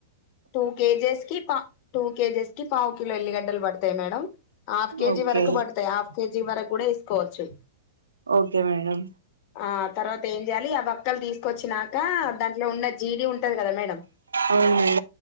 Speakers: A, on the left; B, on the right.
A: టూ కేజీస్ కి పా టూ కేజీస్ కి పావు కిలో ఎల్లిగడ్డలు పడతాయి మేడం హాఫ్ కేజీ
B: ఓకే
A: వరకు పడతాయి హాఫ్ కేజీ వరకు కూడా వేసుకోవచ్చు
B: ఓకే మేడం
A: ఆ తర్వాత ఏం చేయాలి ఆ బక్కలు తీసు వచ్చినాక దాంట్లో ఉన్న జీడి ఉంటది కదా మేడం
B: అవును